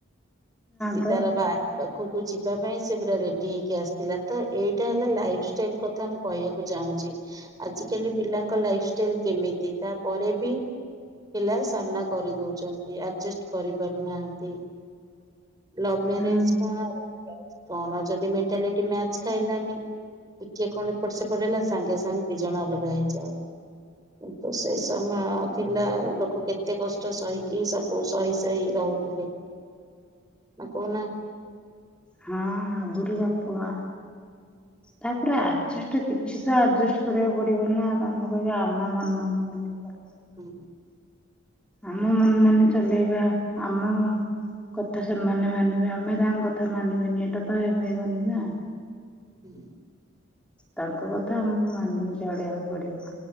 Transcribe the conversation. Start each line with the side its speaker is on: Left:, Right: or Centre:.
Right: ସେ
Centre: ତ
Right: ତାର ଭା ପାଖକୁ ଯିବା ପାଇଁ ସେ ପୁରା ରେଡି ହେଇକି ଆସ୍‌ଥିଲା ତ ଏଇଟା ହେଲା ଲାଇଫ୍‌ଷ୍ଟାଇଲ୍ କଥା ମୁଁ କହିବାକୁ ଚାହୁଁଚି ଆଜିକାଲି ପିଲାଙ୍କ ଲାଇଫ୍‌ଷ୍ଟାଇଲ୍ କେମିତି ତା ପରେ ବି ପିଲା ସାମ୍ନା କରି ଦଉଚନ୍ତି ଆଯେଷ୍ଟ୍ କରି ପାରୁନାହାଁନ୍ତି ଲଭ୍ ମ୍ୟାରେଜ୍
Centre: ହୁଁ
Right: କଣ ଆରେଞ୍ ମ୍ୟାରେଜ୍ କଣ ଯଦି ମେଣ୍ଟାଲିଟି ମ୍ୟାଚ୍ ଖାଇଲାନି ଟିକିଏ କଣ ଏପଟ୍ ସେପଟ୍ ହେଲା ସାଙ୍ଗେ ସାଙ୍ଗେ ଦିଜଣ ଅଲଗା ହେଇଯାଅ କିନ୍ତୁ ସେ ସମାୟ ଥିଲା ଲୋକ କେତେ କଷ୍ଟ ସହିକି ସବ୍ କଉ ସହି ସହି ରହୁଥିଲେ ନାଁ କଉ ନାଁ
Centre: ହାଁ ବୁରୁ ବାପା ମା ତାପରେ ଆଡ୍‌ଯଷ୍ଟ କିଛି ତ ଆଡ୍‌ଯଷ୍ଟ୍ କରିବାକୁ ପଡିବ ନା ଆମକୁ କହିବେ ଆମ ମନ ମାନି ଚା
Right: ହୁଁ
Centre: ଆମ ମନ୍ ମାନି ଚଲେଇବା ଆମ କଥା ସେମାନେ ମାନିବେ ଆମେ ତାଙ୍କ କଥା ମାନିବାନି ଏଟା ତ ହେଇପାରିବନି ନାଁ
Right: ହୁଁ
Centre: ତାଙ୍କ କଥା ଆମୁକୁ ମାନିଗି ଚଳିବାକୁ ପଡିବ